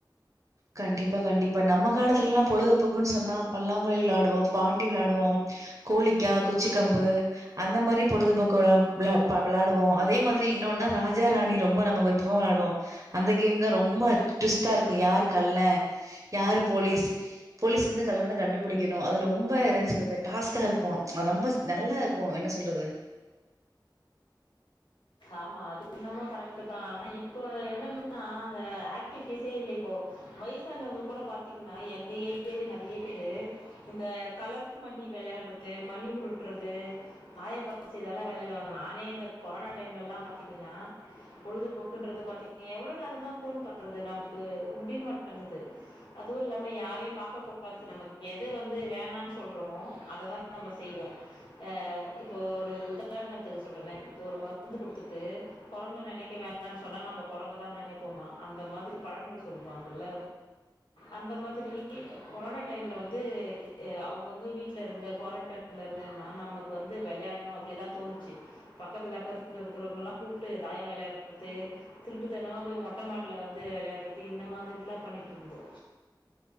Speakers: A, on the right; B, on the left.
A: கண்டிப்பா கண்டிப்பா நம்ம காலத்துலல்லாம் பொழுதுபோக்குன்னு சொன்னா பல்லாங்குழி விளையாடுவோம் பாண்டி விளையாடுவோம் கோழிக்கா குச்சி கம்பு அந்த மாரி பொழுதுபோக்கு விள விள விளையாடுவோம் அதே மாரி இன்னொன்னு ராஜா ராணி ரொம்ப நம்மம் போ விளையாடுவோம் அந்த கேம் தான் ரொம்ப டுவிஸ்டா இருக்கும் யாருக்கு கல்ன யாரு போலீஸ் போலீஸ் வந்து கல்லன கண்டுபிடிக்கணும் அது ரொம்ப எதுன்னு சொல்றது டாஸ்க்கா இருக்கும் அது ரொம்ப நல்லா இருக்கும் என்ன சொல்றது
B: ஆமா அது என்னமோ கரெக்ட் தான் ஆனா இப்போ என்னன்னன்னா அந்த ஆக்டிவிட்டிஸே இல்ல இப்போ வயசானவங்க கூட பாத்தீங்கன்னா எங்க ஏரியாலே நறைய பேரு இந்த கல மணி விளையாடுறது மணி ஊரு சுட்டுறது தாயபாசு இதெல்லாம் விளையாடுவாங்க நானே இந்த கொரோனா டைம்லல்லாம் பாத்தீங்கன்னா பொழுதுபோக்குன்றது பாத்தீங்க எவ்ளோ நேரம் தான் போன் பாக்குறது நம்மளுக்கு முடிமாட்டேங்குது அதுவும் இல்லாம யாரையும் பாக்க கூடாது நமக்கு எத வந்து வேணான்னு சொல்றோமோ அததான் நம்ம செய்வோம் அ இப்போ ஒரு உதாரணத்துக்கு சொல்றேன் இப்போ ஒரு மருந்து குடுத்துட்டு குரங்க நினைக்க வேண்டானு சொன்னா நம்ம குரங்கதான் நினைப்போமா அந்த மாரி பழமொழி சொல்லுவாங்கல்ல அந்த மாதிரி கொரோனா டைம்ல வந்து அவுங்கவுங்க வீட்ல இருந்து குவாரண்டன் இருந்தன்னா நமக்கு வந்து விளையாடணும் அப்டிதான் தோணுச்சு பக்கத்து அக்கத்துல இருக்கறவங்கல்லாம் கூப்ட்டு தாயம் விளையாடுறது திருட்டு தனமா போய் மொட்டை மாடில வந்து விளையாடுறது இந்த மாதிரி எல்லாம் பண்ணிட்டு இருந்தோ